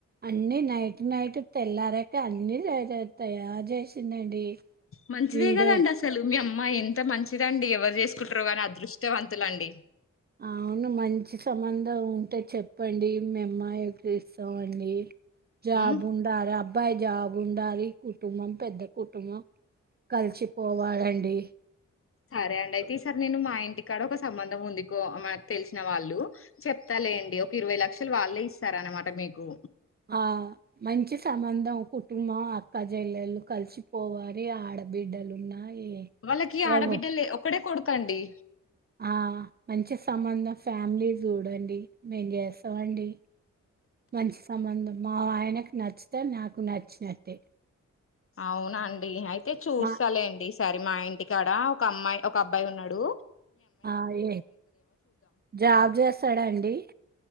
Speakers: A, on the right (about 30°); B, on the left (about 45°).
A: అన్ని నైట్ నైట్ తెల్లారక అన్ని తయారు చేసిందండి
B: మంచిదే
A: వీడియో
B: కదండి అసలు మీ అమ్మా మ్మాయి ఎంత మంచిదండి ఎవరు చేసుకుంటరో కానీ అదృష్టవంతులండి
A: అవును మంచి సంబంధం ఉంటె చెప్పండి మీ అమ్మాయికి ఇస్తమండి జాబ్
B: ఉమ్
A: ఉండాలే అబ్ అబ్బాయి జాబ్ ఉండాలి కుటుంబం పెద్ద కుటుంబం కలిసిపోవాలండి
B: సరే అండి అయితే ఈసారి నేను మా ఇంటికాడ ఒక సంబంధం ఉంది కో మనకు తెలిసిన వాళ్ళు చెప్తాలేండి ఒక ఇరవై లక్షలు వాళ్ళే ఇస్తారన్నమాట మీకు
A: ఆ మంచి సంబంధం కుటుంబం అక్క చెల్లెలు కలిసిపోవాలి ఆడబిడ్డలున్నా ఏ
B: వాళ్ళకి
A: ఎవరు
B: ఆడబిడ్డలే ఒక్కడే కొడుకు కండి
A: ఆ మంచి సంబంధం ఫ్యామిలీ చూడండి మేం చేస్తమండి మంచి సంబంధం మా ఆయనకు నచ్చుతే నాకు నచ్చినట్టే
B: అవునాండి అయితే చూస్తలేండి
A: మా
B: సరే మా ఇంటికాడ ఒక అమ్మాయి ఒక అబ్బాయి ఉన్నడు
A: ఆ ఏ జాబ్ చేస్తాడాండి